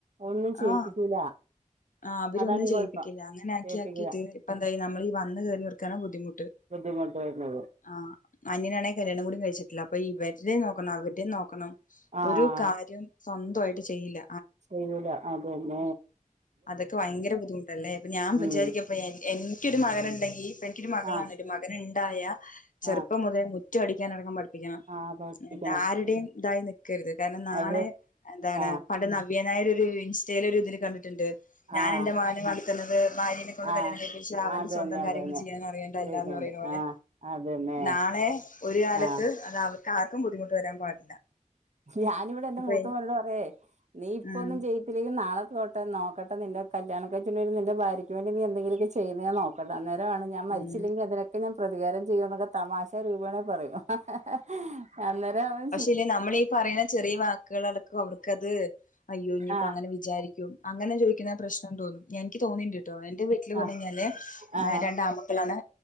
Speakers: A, on the right; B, on the left.
A: ഒന്നും ചെയ്യിപ്പിക്കൂല
B: ആഹ് ആഹ് അവരൊന്നും
A: അതാണ് ഈ
B: ചെയ്യിപ്പിക്കില്ല
A: കുഴപ്പം
B: അങ്ങനെ ആക്കിയ
A: ചെയ്യിപ്പിക്കൂല
B: ആക്കിട്ട് ഇപ്പ എന്തായ നമ്മൾ ഈ വന്ന് ക കേറിയവർക്കാണ് ബുദ്ധിമുട്ട്
A: ബുദ്ധിമുട്ട് വര്ന്നത്.
B: ആ് അനിയനാണെ കല്യാണം കൂടി കഴിച്ചിട്ടില്ല അപ്പൊ ഇവര്‌ടേം നോക്കണം അവര്ടേം നോക്കണം.
A: ആഹ്
B: ഒരു കാര്യം സ്വന്തായിട്ട് ചെയ്യില്ല.
A: ചെയ്യൂല അതെന്നെ.
B: ഐം. അതൊക്കെ ഭയങ്കര ബുദ്ധിമുട്ടല്ലേ അപ്പൊ ഞാൻ വിചാരിക്കപ്പ
A: ഉം
B: എനിക്കൊരു മകനുണ്ടെങ്കി ഇ എനിക്കൊരു മകളാണ്.
A: ആഹ്
B: മകൻുണ്ടായ ചെറുപ്പം
A: ആഹ്
B: മുതൽ മുറ്റ അടിക്കാാനടക്കം പടിപ്പിക.
A: ആഹ് പഠിപ്പിക്കണം
B: എന്താ ആരുടെയും ഇതായി നിക്കരുത് കാരണം നാളെ
A: അവിടെ
B: എന്താണ്.
A: ആഹ്
B: പണ്ട് നവ്യനായര് ഒരു ഇൻസ്റ്റേല് ഒരു ഇതില് കണ്ടിട്ടുണ്ട് ഞാൻ
A: ആഹ്
B: എന്റെ മകനെ നടത്തുന്നത് ഭാര്യനേ.
A: ആഹ്
B: കല്യാണം കഴിച്ച അവൻ
A: അതന്നെ
B: സ്വന്തം കാര്യങ്ങൾ
A: അതന്നെ
B: ചെയ്യാനും അറിയണ്ടല്ലന്ന്
A: ചോയിക്കണ്ട്
B: പറയുന്നത് പോലെ
A: ആഹ് അതന്നെ
B: നാളെ. ഒരു കാലത്ത്
A: ആഹ്
B: അത് അവർക്കാർക്കും ബുദ്ധിമുട്ട് വരാൻ പാടില്ല.
A: ഞാനിവിടെ എന്റെ
B: ഇപ്പൊ
A: മൂത്തമോനോട് പറയേ നീ ഇപ്പ
B: ഉം
A: ഒന്നും ചെയ്. ഇതിേക്ക് നാളെട്ട നോട്ടെ നിന്റെ കല്യാണംഴച്ചുണ്ട നിന്റെ ഭാര്യയ്ക്ക് വേണ്ടി നീ എന്തങ്കിലൊക്ക. ചെയ്യുന്നത നോക്കോ ഒക്കെ അന്നേരമാണ് ഞാൻ മരിച്ചില്ലെങ്കിൽ
B: ഉം
A: അതിനൊക്കെ ഞാൻ പ്രകാരം ചെയ്യുമ എന്നൊക്കെ തമാശ രൂപണെ പറയും. ഹ ഹ ഹ അന്നേരവൻ.
B: ല്ലേ നമ്മളീ പറയുന്ന ചെറിയ വാക്കുകളടക്കും അവർക്കത് അയ്യോ ഇഞ്ഞ ഇപ്പൊ
A: ആഹ്
B: അങ്ങനെ വിചാരിക്കും. അങ്ങനെ ചോദിക്കുന്ന പ്രശ്നം തോന്നും എനിക്ക് തോന്നിണ്ടിട്ടോ എന്റെ വീട്ടില് പറഞ്ഞ
A: ആഹ്
B: കഴിഞ്ഞാല്
A: ആഹ്
B: രണ്ടാൺ ക്കുട്ടി. മള